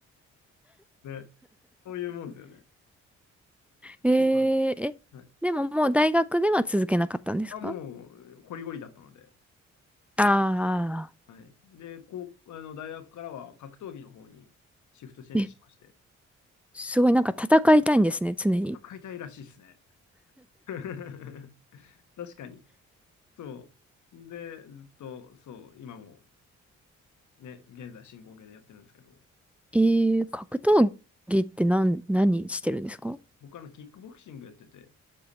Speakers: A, on the left; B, in the centre.
A: <laughs> ね。そういうもんですよね。
B: えー、
A: そうなんですよ。
B: え、
A: はい。
B: でももう大学では続けなかったんですか
A: あ、もう、ゴリゴリだったので。
B: ああ
A: はい。で、こう、あの、大学からは格闘技の方にシフトチェンジしまして、
B: ー。え、すごいなんか戦いたいんですね、常に。
A: 戦いたいらしいっすね。<laughs> 確かに。そう。で、ずっと、そう、今も、ね、現在進行形でやってるんですけど、
B: えー、格闘技って何、何してるんですか
A: 僕あの、キックボクシングやってて、